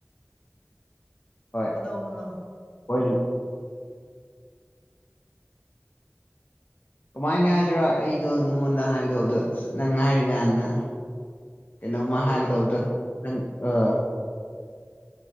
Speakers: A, on the left; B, on the left.
A: ꯍꯣꯏ
B: ꯀꯅ ꯍꯅꯣ
A: ꯍꯣꯏ ꯀꯃꯥꯏꯅꯒ ꯍꯥꯏꯁꯤꯔꯣ ꯑꯩꯗꯣ ꯅꯉꯣꯟꯗ ꯍꯥꯏꯕꯗꯧꯕꯗꯣ ꯅꯪ ꯍꯥꯏꯔꯤ ꯀꯥꯟꯅ ꯀꯩꯅꯣꯝꯃ
B: ꯀꯥꯎꯊꯣꯛꯈ꯭ꯔꯕ
A: ꯍꯥꯏꯒꯗꯧꯗ ꯑ